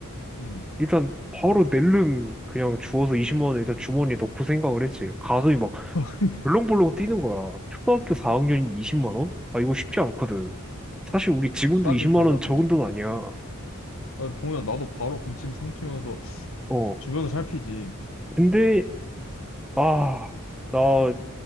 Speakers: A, on the left (about 70°); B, in the centre.
A: 음.
B: 일단 바로 낼름 그냥 주워서 20만 원을 일단 주머니에 넣고 생각을 했지. 가슴이 막
A: <laughs>
B: 벌렁벌렁 뛰는 거야. 초등학교 4학년이 20만 원? 아, 이거 쉽지 않거든. 사실 우리 지금도
A: 딱이
B: 20만
A: 달랐네.
B: 원 적은 돈 아니야.
A: 아, 보면 나도 바로 군침 삼키면서
B: 어.
A: 주변을 살피지.
B: 근데 아, 나